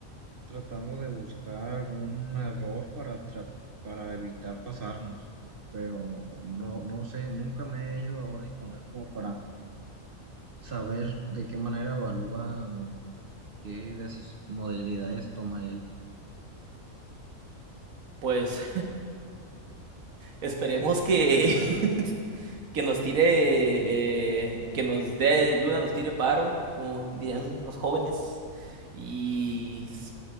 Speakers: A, on the right; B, on the right.
A: tratando de buscar algún error para, tra- para evitar pasarnos, pero no, no sé, nunca me he ido a Ordi con él como para saber de qué manera evalúa o qué decis- modalidades toma él.
B: Pues esperemos que, <laughs> que nos tire, eh, que nos dé ayuda, nos tire paro, como dirían los jóvenes. Y